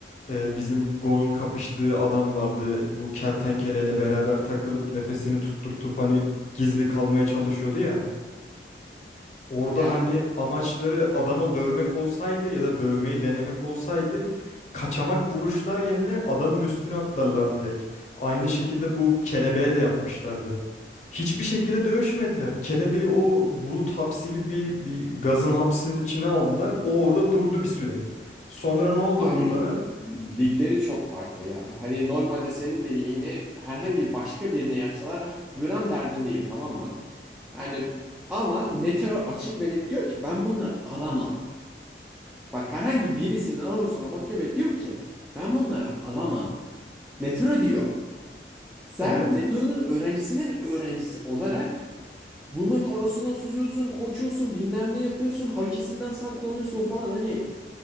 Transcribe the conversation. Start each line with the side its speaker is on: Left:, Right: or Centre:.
Left: Ee, bizim Gon'un kapıştığı adam vardı. Bu kertenkeleyle beraber takılıp nefesini tutturtup hani gizli kalmaya çalışıyordu ya. Orada
Centre: Ya
Left: hani amaçları adama dövmek olsaydı ya da dövmeyi denemek olsaydı kaçamak vuruşlar yerine adamın üstüne atlarlar direkt. Aynı şekilde bu kelebeğe de yapmışlardı. Hiçbir şekilde dövüşmediler. Kelebeği o bulut hapsi gibi bir, bir gazın hapsinin içine aldılar. O orada durdu bir süre. Sonra ne oldu
Centre: abi
Left: bunlara?
Centre: ligleri çok farklı ya. Hani normalde senin dediğini herhangi başka birine yapsalar gram derdim değil tamam mı? Yani ama Netero açık ve net diyor ki ben bunları alamam. Bak herhangi birisinin Auros'una bakıyor ve diyor ki ben bunları alamam. Netero diyor. Sen
Left: Evet.
Centre: Netero'nun öğrencisinin öğrencisi olarak bunların orasına süzüyorsun, koçuyorsun, bilmem ne yapıyorsun, hakisinden saklanıyorsun falan hani.